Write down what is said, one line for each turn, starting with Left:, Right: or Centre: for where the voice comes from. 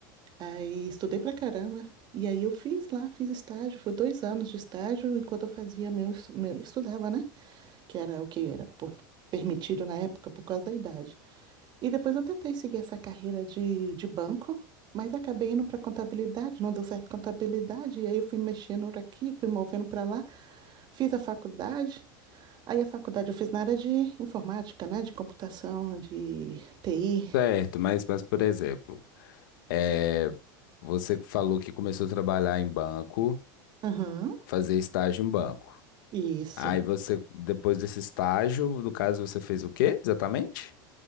Right: Aí estudei pra caramba. E aí eu fiz lá, fiz estágio. Foi dois anos de estágio enquanto eu fazia meu, es- meu estudava, né? Que era o que era por- permitido na época por causa da idade. E depois eu tentei seguir essa carreira de, de banco, mas acabei indo para contabilidade, não deu certo contabilidade, e aí eu fui mexendo para aqui, fui movendo para lá, fiz a faculdade. Aí a faculdade eu fiz na área de informática, né? De computação, de TI.
Left: Certo, mas, mas por exemplo, é, você falou que começou a trabalhar em banco,
Right: Aham,
Left: fazer estágio em banco.
Right: isso.
Left: Aí você, depois desse estágio, no caso, você fez o quê exatamente?